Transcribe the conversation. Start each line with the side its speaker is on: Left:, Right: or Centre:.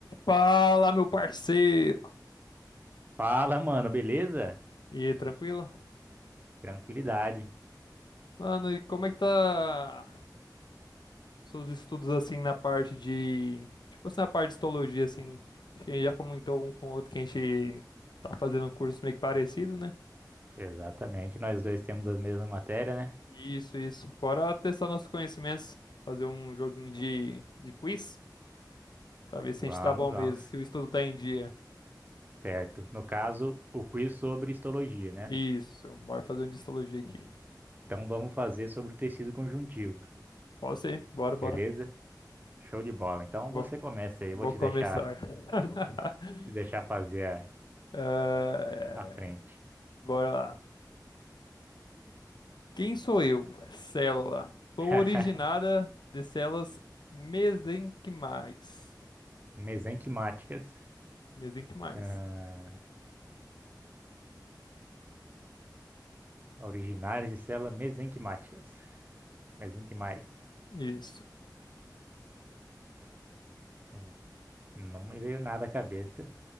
Left: Fala, meu parceiro!
Right: Fala, mano, beleza?
Left: E aí, tranquilo?
Right: Tranquilidade.
Left: Mano, e como é que tá seus estudos assim na parte de. Tipo assim, na parte de histologia, assim. Acho que a gente já comentou um com o outro que a gente tá fazendo um curso meio que parecido, né?
Right: Exatamente, nós dois temos as mesmas matérias, né?
Left: Isso, isso. Bora testar nossos conhecimentos, fazer um joguinho de, de quiz, pra ver se
Right: Vamos,
Left: a gente tá bom
Right: vamos.
Left: mesmo, se o estudo tá em dia.
Right: Certo. No caso, o quiz sobre histologia, né?
Left: Isso, bora fazer um de histologia aqui.
Right: Então vamos fazer sobre o tecido conjuntivo,
Left: Pode ser, bora, bora.
Right: beleza? Show de bola. Então
Left: Vou,
Right: você começa aí,
Left: vou
Right: eu vou te
Left: começar.
Right: deixar,
Left: <laughs>
Right: te deixar fazer
Left: Ah,
Right: a, a frente.
Left: Bora lá. Quem sou eu? É Célula. Sou
Right: <laughs>
Left: originada de células mesenquimais.
Right: Mesenquimáticas,
Left: Mesenquimais.
Right: ah, originárias de células mesenquimáticas. Mesenquimais.
Left: Isso.
Right: Hum, Não me veio nada à cabeça.